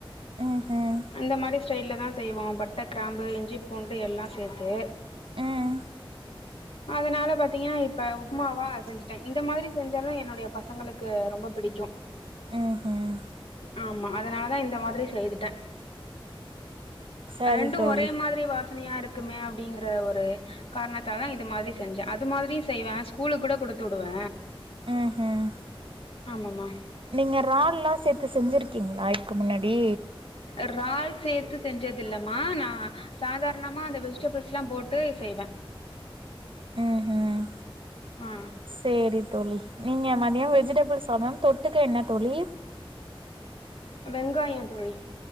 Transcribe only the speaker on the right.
ம் ம்
ம்
ம் ம்
சரி
தோழி
ம் ஹம்
நீங்க இறால்லா சேத்து செஞ்சிருக் க்கீங்களா இதுக்கு முன்னாடி
ம் ம்
சேரி தோழி நீங்க மதியோ வெஜிடபிள் சாதோ தொட்டுக்க என்ன தோழி